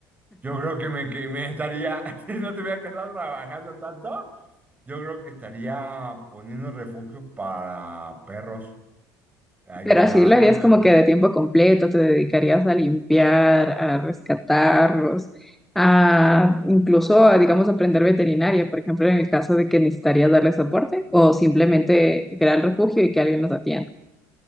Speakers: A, on the right; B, in the centre.
A: Yo creo que me, que me estaría, <laughs> si no tuviera que estar trabajando tanto, yo creo que estaría poniendo refugios para perros, ayudándoles.
B: Pero así lo harías como que de tiempo completo, te dedicarías a limpiar, a rescatarlos, a incluso, a, digamos, aprender veterinaria, por ejemplo, en el caso de que necesitarías darle soporte o simplemente crear el refugio y que alguien los atienda.